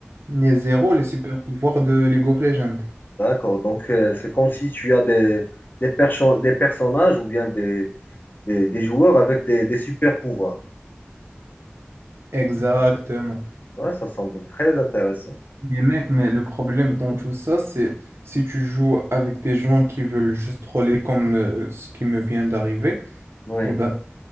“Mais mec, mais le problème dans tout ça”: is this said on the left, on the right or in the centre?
Right